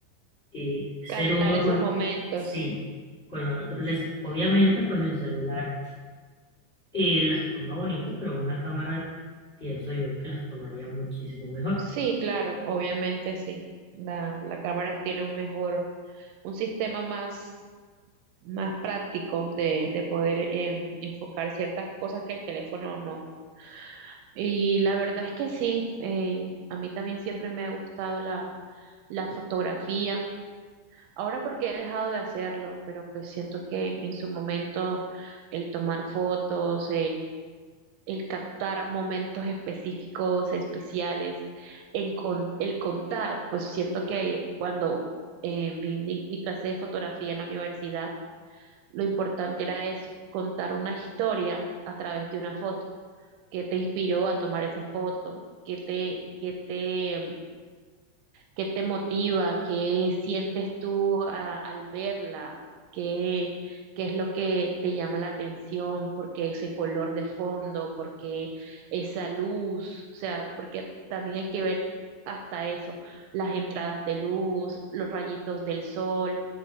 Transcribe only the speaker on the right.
captar
esos
momentos.
Sí, claro, obviamente sí. La, la cámara tiene un mejor, un sistema más, más práctico de, de poder eh, enfocar ciertas cosas que el teléfono no. Y la verdad es que sí, eh, a mí también siempre me ha gustado la, la fotografía. Ahora porque he dejado de hacerlo, pero pues siento que en su momento el tomar fotos, el captar momentos específicos, especiales, en con- el contar, pues siento que cuando eh, vi mi, mi clase de fotografía en la universidad, lo importante era eso, contar una historia a través de una foto, que te inspiró a tomar esa foto, que te, que te ¿Qué te motiva? ¿Qué sientes tú a- al verla? ¿Qué, qué es lo que te llama la atención? ¿Por qué ese color de fondo? ¿Por qué esa luz? O sea, porque también hay que ver hasta eso, las entradas de luz, los rayitos del sol,